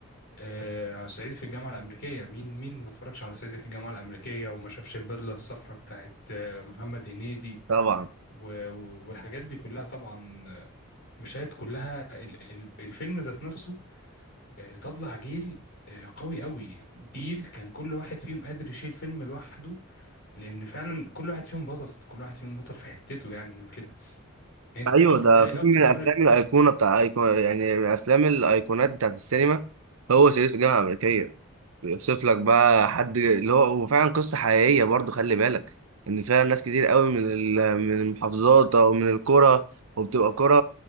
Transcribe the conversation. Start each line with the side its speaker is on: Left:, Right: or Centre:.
Left: آه، صعيدي في الجامعه الامريكيه مين مين ما اتفرجش على صعيدي في الجامعه الامريكيه وما شافش البدله الصفراء بتاعت آه، محمد هنيدي
Right: طبعا
Left: و- و- والحاجات دي كلها طبعا آه، مشاهد كلها ال- ال- الفيلم ذات نفسه آه، طلع جيل آه، قوي قوي جيل كان كل واحد فيهم قادر يشيل فيلم لوحده لان فعلا كل واحد فيهم بطل كل واحد فيهم بطل في حتته يعني وكده انت
Right: أيوه
Left: مين
Right: ده
Left: ايه
Right: فيلم
Left: اكتر
Right: من الأفلام
Left: دور
Right: الأيقونة بتاع أيقونة يعني من أفلام الأيقونات بتاعت السينما هو صعيدي في الجامعة الأمريكية بيوصف لك بقى حد اللي هو وفعلا قصة حقيقية برضو خلي بالك ان فعلا ناس كتير قوي من ال- من المحافظات او من القرى وبتبقى قرى